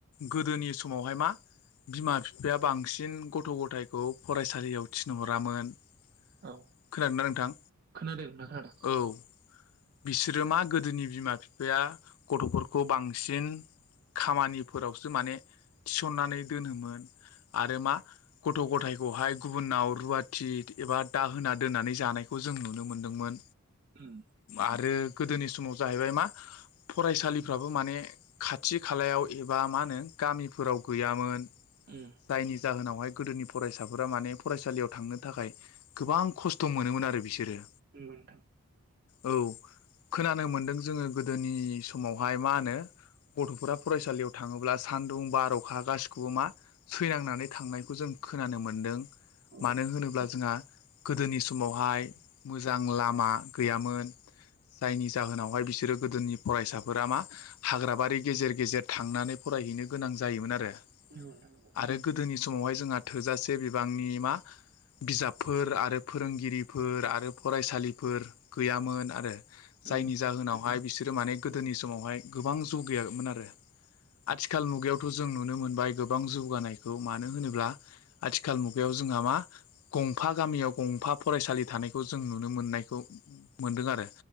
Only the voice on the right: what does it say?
औ
खोनादों नोंथां खोनादों
उम
उम
औ नोंथां
औ
<unintelligible> <unintelligible>
उम